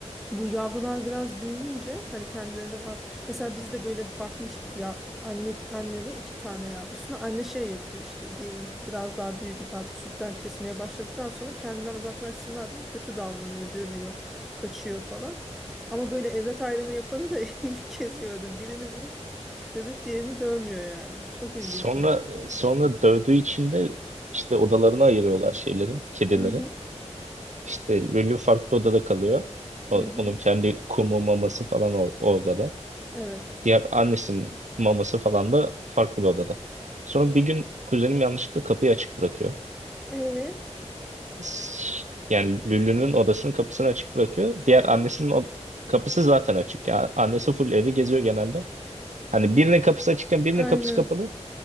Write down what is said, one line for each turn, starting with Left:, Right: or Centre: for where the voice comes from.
Centre: Bu yavrular biraz büyüyünce hani kendilerinden at. Mesela biz de böyle bakmıştık ya anne anne ve iki tane yavrusuna. Anne şey yapıyor işte diyelim ki biraz daha büyüdük artık sütten kesmeye başladıktan sonra kendinden uzaklaşsınlar diye kötü davranıyor, dövüyor, kaçıyor falan. Ama böyle evlat ayrımı yapanı da <laughs> ilk kez gördüm. Birini vurup dövüp diğerini dövmüyor yani. Çok ilginçmiş.
Right: sonra e, sonra dövdüğü için de işte odalarına ayırıyorlar şeylerin kedileri
Centre: Hı hı
Right: İşte Lülü farklı odada kalıyor. O-
Centre: hı hı.
Right: onun kendi kumu maması falan o, o odada.
Centre: Evet.
Right: Diğer annesinin maması falan da farklı bir odada. Sonra bir gün kuzenim yanlışlıkla kapıyı açık bırakıyor.
Centre: E
Right: S- Yani Lülü'nün odasının kapısını açık bırakıyor.
Centre: tamam.
Right: Diğer annesinin o kapısı zaten açık. Yani annesi full evi geziyor genelde. Hani birinin kapısı açıkken birinin
Centre: Aynı.
Right: kapısı kapalı.